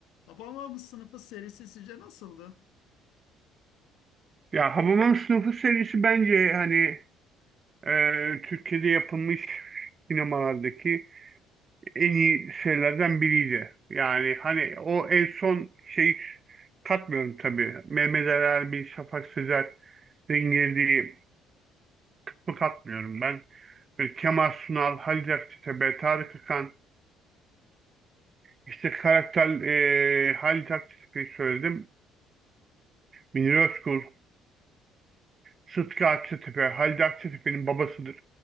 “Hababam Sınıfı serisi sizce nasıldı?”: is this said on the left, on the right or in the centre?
Left